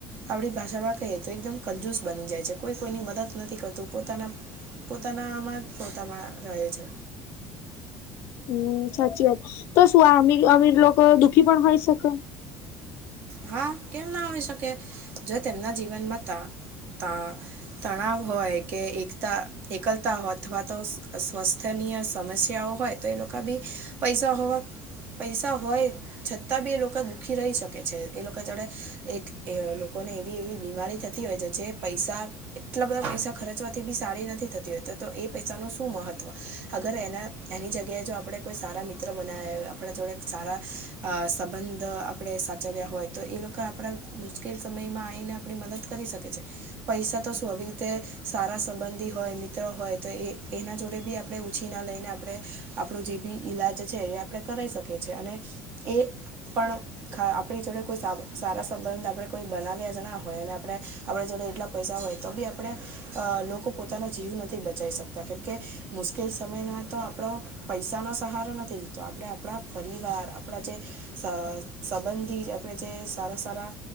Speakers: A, on the right; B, on the left.
A: આવડી ભાષામાં કહીએ તો એકદમ કંજુસ બની જાય છે કોઈ કોઈની મદદ નથી કરતું પોતાના પોતાનામાં જ પોતામાં રહે છે.
B: હમ સાચી વાત તો શું આમ અમીર લોકોક દુઃખી પણ હોય સકે
A: હા કેમ ના હોઈ શકે જો તેમના જીવનમાં ત ત તણાવ હોય કે એકતા એકલતા હોય અથવા તો સ્વાસ્થનીય સમસ્યાઓ હોય તો એ લોકો બી પૈસાવા પૈસા હોય છતાં બી એ લોકો દુઃખી રહી શકે કે છે એ લોકો જડે એક લોકોને એવી એવી બીમારી થતી હોય છે જે પૈસા એટલા બધા પૈસા ખર્ચવાથી બી સારી નથી થતી હોય તો તો એ પૈસા ન શું મહત્ત્વ અગર એના એની જગ્યાએ જો આપણે કોઈ સારા મિત્ર બનાવેય આપણા જોડે સારા સંબંધ આપણે ચવ્યા હોય તો એ લોકો આપણા મુશ્કેલ સમયમાં આવીને આપણી મદદ કરી શકે છે. પૈસા તો શું આવી રીતે સારા સંબંધી હોય મિત્રો હોય તો એ એના જોડે બી આપ આપણે ઉછી ના લઈને આપણે આપણો જે બી ઈલાજ છે એ આપણે કરાવી શકીએ છ છેીએ અને એ પણ ખા આપ <unintelligible> આપણી જોડે કોઈ સારા સંબંધ આપણે કોઈ બનાવ્યા જ ના હોય અને આપણે આપણે જોડે એટલા પૈસા હોય તો બી આપણે અ લોકો પોતાનો જીવ નથી બચાવી શકતા કેમકે મુશ્કેલ સમયમાં તો આપણો પૈસાનોો સહારો નથી દીતો આપણે આપણા પરિવાર આપણા જે સ સંબંધ થી આપણે જે સારા સારા